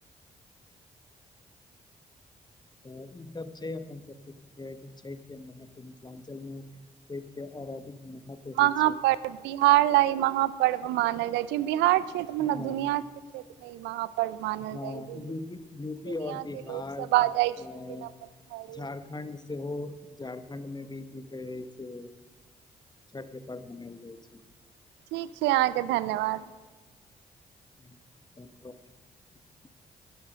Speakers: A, on the left; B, on the right.
A: तब ई सब छै अपन सबके की कहै छै छैठ के महत्व मिथलांचल मे छैठ के और अधिक महत्व
B: महापर्व
A: होइ छै
B: बिहार लै ई महापर्व मानल जाय छै, बिहार क्षेत्र
A: हँ
B: मे नै दुनिया के क्षेत्र मे इ महापर्व मानल
A: हँ
B: जाइ छै,
A: यूपी यूपी
B: दुनिया
A: आओर बिहार
B: के लोग सब
A: के
B: आ जाइ
A: अ,
B: छै अपन घर
A: झारखण्ड सेहो झारखण्ड मे भी की कहै छै, छते पर मनायल जाइ छै।
B: ठीक छै, अहांके धन्यवाद।
A: <inaudible>